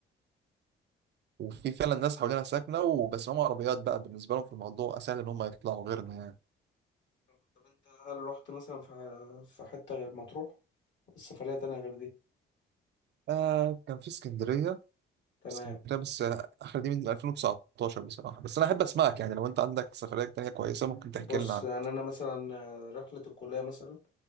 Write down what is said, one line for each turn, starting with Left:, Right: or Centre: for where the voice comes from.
Right: وفي فعلا ناس حوالينا ساكنه وبس هم عربيات بقى بالنسبه لهم في الموضوع اسهل ان هم يطلعوا غيرنا يعني
Left: طب طب انت هل رحت مثلا في في حته غير مطروح السفريه تانية غير دي
Right: آه كان في اسكندريه
Left: تمام
Right: اسكندريه بس آه، اخر دي من 2019 بصراحه بس انا احب اسمعك يعني لو انت عندك سفريه تانيه كويسه ممكن تحكي
Left: بص
Right: لنا عنها
Left: يعني انا مثلا آه، رحله الكليه مثلا